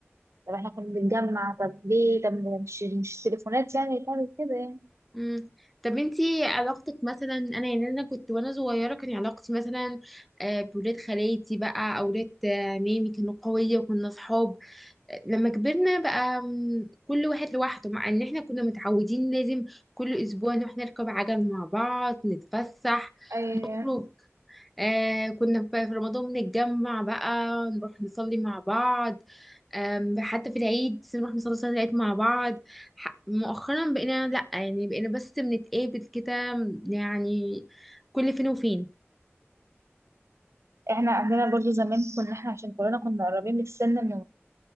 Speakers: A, on the right; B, in the centre.
A: طب احنا كنا بنتجمع طب ليه؟ طب مش مش تليفونات يعني اللي تعمل كده يعني
B: امم طب انتي علاقتك مثلا انا يعني انا كنت وانا صغيره كان علاقتي مثلا آه، بولاد خالاتي بقى او ولاد آه، عمامي كانوا قويه وكنا صحاب آه، لما كبرنا بقى مم، كل واحد لوحده مع ان احنا كنا متعودين لازم كل اسبوع نروح نركب عجل مع بعض نتفسح
A: أي...
B: نخرج آه كنا في في رمضان بنتجمع بقى نروح نصلي مع بعض أم، حتى في العيد نروح نصلي صلاة العيد مع بعض ح- مؤخرا بقينا لأ يعني بقينا بس بنتقابل كده يعني كل فين وفين
A: احنا عندنا برضو زمان كنا احنا عشان كلنا كنا قريبين من السن من